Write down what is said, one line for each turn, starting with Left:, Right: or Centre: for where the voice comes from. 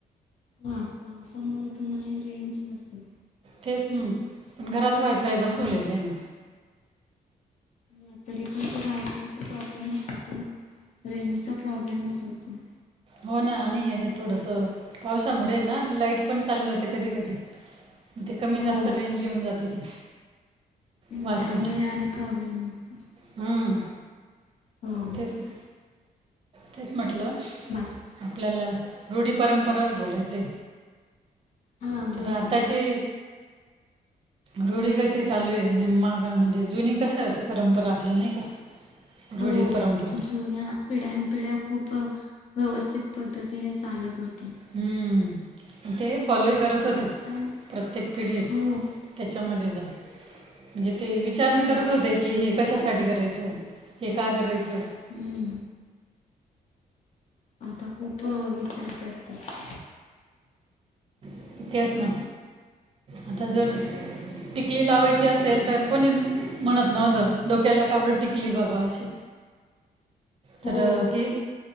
Left: हा पावसामुळे तुम्हाला रेंज नसेल.
Right: तेच न पण घरात वायफाय बसवलेलं
Left: हां.
Right: आहे ना.
Left: ह तरी पण त वायफायचा प्रॉब्लेमच होतो रेंजचा प्रॉब्लेमच होतो.
Right: हो, ना. आणि हे थोडंसं पावसामुळे ना, लाईट पण चालली जाते कधी-कधी. मग ते कमी-जास्त
Left: हो
Right: रेंज येऊन जाते ती.
Left: हं
Right: वायफायची,
Left: त्यामुळे आणि प्रॉब्लेम होतो.
Right: हम्म..
Left: हो
Right: तेच ना. तेच, म्हटलं.
Left: बाय.
Right: आपल्याला रूढी-परंपरावर बोलायचं आहे.
Left: हां
Right: तर
Left: बोला
Right: आताचे
Left: ना.
Right: रूढी कशी चालू आहे. माग म्हणजे जुनी कसं आहे ते परंपरा आपल्या नाही का. रूढी
Left: हो
Right: परंपरा
Left: जुन्या पिढ्यानपिढ्या खूप व्यवस्थित पद्धतीने चालत होत.
Right: हम्म ते फॉलोही करत होते
Left: आता
Right: प्रत्येक पिढी.
Left: हो
Right: त्याच्यामध्ये जाऊन म्हणजे ते विचारणे
Left: हां
Right: करत होते
Left: तेच
Right: की
Left: ना.
Right: हे कशासाठी करायचं हे का करायचं?
Left: हम्म. आता खूप विचार करतात.
Right: इ तेच ना आता जर टिकली लावायची असेल तर कोणी म्हणत नव्हतं डोक्याला काब्रत टिकली बाबा अशी तर
Left: हो.
Right: ते